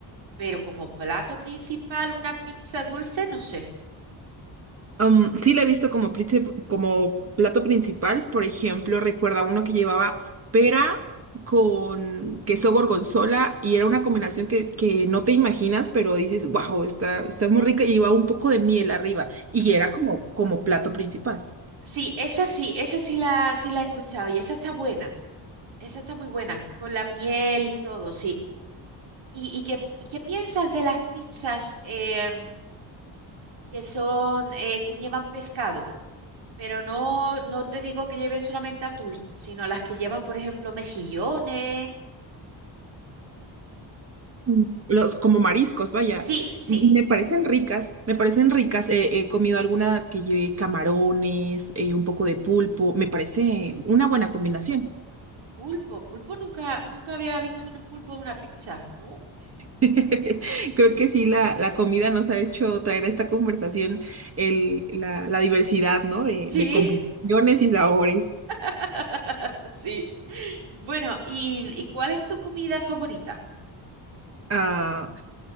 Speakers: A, on the right; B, on the right.
A: Pero como plato principal, una pizza dulce, no sé.
B: Um, sí la he visto como, princip- como plato principal, por ejemplo, recuerda uno que llevaba pera con queso gorgonzola y era una combinación que, que no te imaginas, pero dices, wow, está, está muy rica y llevaba un poco de miel arriba y era como, como plato principal.
A: Sí, esa sí, esa sí la, sí la he escuchado y esa está buena. Esa está muy buena, con la miel y todo, sí. ¿Y, y qué, y qué piensas de las pizzas? em, que son, eh, que llevan pescado, pero no, no te digo que lleven solamente atún, sino las que llevan, por ejemplo, mejillones.
B: Mm. Los, como mariscos, vaya,
A: Sí, sí,
B: m- me parecen ricas, me parecen ricas. eh, he comido alguna que lleve camarones, eh, un poco de pulpo, me parece una buena combinación.
A: pulpo. Pulpo nunca, nunca había visto un pulpo en una pizza, ¿no?
B: <laughs> Creo que sí, la, la comida nos ha hecho traer a esta conversación el, la, la diversidad, ¿no? De,
A: Sí,
B: de combinaciones y sabores.
A: <laughs> sí. Bueno, ¿y, y cuál es tu comida favorita?
B: Ah,